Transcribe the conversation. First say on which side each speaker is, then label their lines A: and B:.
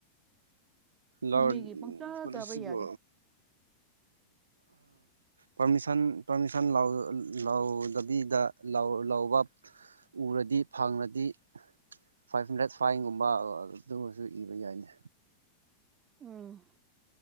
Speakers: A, on the right; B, on the right.
A: ꯂꯣ
B: ꯃꯤꯒꯤ ꯄꯪꯆꯥ
A: ꯄꯣꯂꯤꯁꯤꯕꯨ
B: ꯆꯥꯕ ꯌꯥꯗꯦ
A: ꯄꯔꯃꯤꯁꯟ ꯄꯔꯃꯤꯁꯟ‌ ꯂꯧ ꯂꯧꯗꯕꯤꯗ ꯂꯧꯕ ꯎꯔꯗꯤ ꯐꯪꯉꯗꯤ ꯐꯥꯏꯚ ꯍꯟꯗ꯭ꯔꯦꯠ ꯐꯥꯏꯟꯒꯨꯝꯕ ꯑꯗꯨꯃꯁꯨ ꯏꯕ ꯌꯥꯏꯅꯦ
B: ꯎꯝ